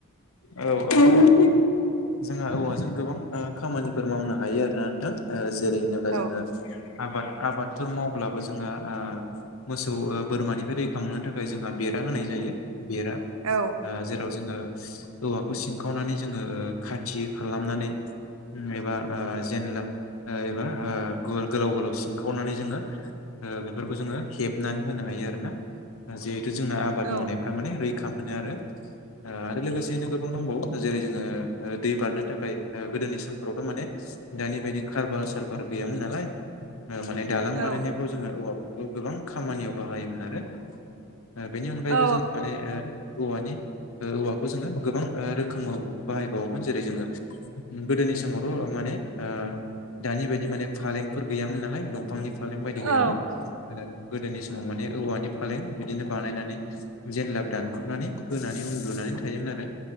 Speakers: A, on the left; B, on the right.
A: औ औ <inaudible> जोंहा औवाजों गोबां ओ खामानिफोर मावनो हायो आरोना नोंथां ओ जेरै होनोब्ला
B: औ
A: जोंङो आबाद आबादफोर मावब्लाबो जोंङो ओ मोसौ ओ बोरमानिफ्राय रैखा मोननो था जोंहा बेरा होनाय जायो बेरा आ
B: ओं
A: जेराव जोङो। औवाखौ सिनखावनानै जोङो ओ खाथि खालामनानै <unintelligible> एबा आ जेनला आ एबा आ गल गोलाव गोलाव सिनखावनानै जोङो ओ बेफोरखौ जोङो हेबनानै होनो हायो आरोना जिहेथु जोंना आबाद
B: औ
A: मावनायफोरा माने रैखा मोनो आरो आ आरो लोगोसे <inaudible> गोबां दंबावो जेरै जोङो आ दै बारनो थाखाय आ गोदोनि समफोरावथ' माने दानि बायदि खारबार सारबार गैयामोन नालाय। माने दालां बानायनायफ्राव
B: औ
A: जोङो औवाफोरखौ गोबां खामानियाव बाहायोमोन आरो ओ बेनि अनगायैबो
B: औ
A: जोङो माने ए औवानि ओ औवाखौ जोङो गोबां आ रोखोमाव बाहायबावोमोन जेरै जोङो गोदोनि समावथ' माने ओ दानि बायदि माने फालेंफोर गैयामोन नालाय दंफांनि फालें बायदि
B: औ
A: गैयामोन ओ गोदोनि समाव माने औवानि फालें बिदिनो बानायनानै जेनलाब दानख्रुबनानै होनानै उन्दुनाय थायोमोन आरो।